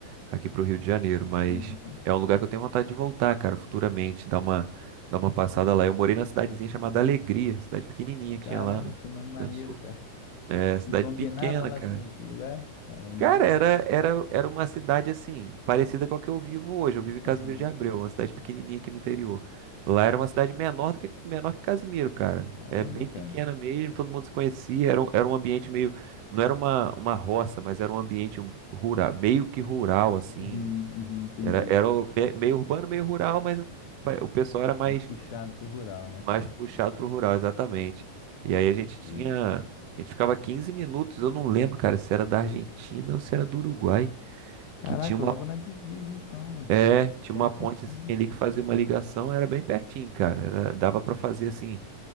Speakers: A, on the right; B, on the left.
A: aqui para o Rio de Janeiro, mas
B: uhum.
A: é um lugar que eu tenho vontade de voltar, cara, futuramente, dar uma, dar uma passada lá. Eu morei numa cidadezinha chamada Alegria, cidade pequenininha que
B: Caramba,
A: tinha lá, né, no Rio
B: que nome maneiro,
A: Grande do Sul.
B: cara.
A: É, cidade
B: E combinava
A: pequena,
B: lá
A: cara.
B: com, com o lugar, é, o nome.
A: Cara, era, era, era uma cidade assim, parecida com a que eu vivo hoje. Eu vivo em
B: Aham.
A: Casimiro de Abreu, uma cidade pequenininha aqui no interior. Lá era uma cidade menor do que menor que Casimiro, cara.
B: Caramba,
A: É bem
B: cara.
A: pequena mesmo, todo mundo se conhecia. Era, um- era um ambiente meio. Não era uma, uma roça, mas era um ambiente um- rural, meio que rural, assim.
B: Uhum, uhum, entendi.
A: Era, era o- me- meio urbano, meio rural, mas pa- o pessoal era mais,
B: Mais puxado pro rural, né?
A: mais puxado pro rural, exatamente. E aí a gente
B: Entendi.
A: tinha. A gente ficava 15 minutos, eu não lembro, cara, se era da Argentina ou se era do Uruguai
B: Caraca,
A: que tinha uma
B: logo na divisa então, né?
A: é, tinha
B: Bem
A: uma
B: pertinho.
A: pontezinha ali que fazia uma ligação, era bem pertinho, cara. Era- dava pra fazer assim,